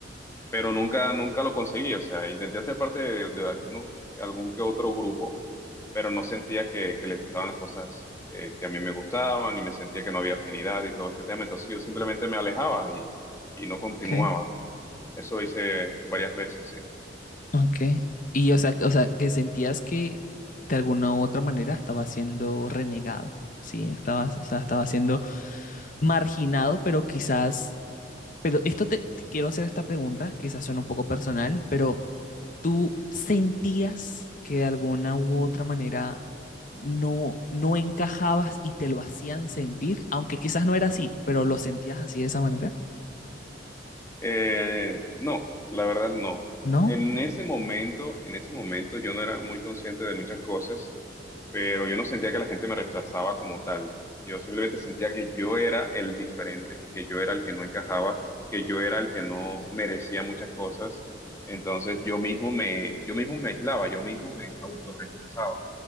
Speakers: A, on the left; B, on the left.
A: pero nunca, nunca lo conseguí. O sea, intenté hacer parte de, de alguno- algún que otro grupo, pero no sentía que, que les gustaban las cosas eh, que a mí me gustaban y me sentía que no había afinidad y todo este tema. Entonces yo simplemente me alejaba y, y no continuaba.
B: Ok,
A: Eso lo hice varias veces, sí.
B: Ok. Y o sea, o sea, que sentías que de alguna u otra manera estaba siendo renegado, ¿sí? Estabas, o sea, estaba siendo marginado, pero quizás, pero esto te, te quiero hacer esta pregunta, quizás suena un poco personal, pero ¿tú sentías que de alguna u otra manera no, no encajabas y te lo hacían sentir? Aunque quizás no era así, pero lo sentías así de esa manera,
A: Eh, no, la verdad no.
B: ¿no?
A: En ese momento, en ese momento yo no era muy consciente de muchas cosas. pero yo no sentía que la gente me rechazaba como tal. Yo simplemente sentía que yo era el diferente, que yo era el que no encajaba, que yo era el que no merecía muchas cosas. Entonces yo mismo me, yo mismo me aislaba, yo mismo me autorrechazaba.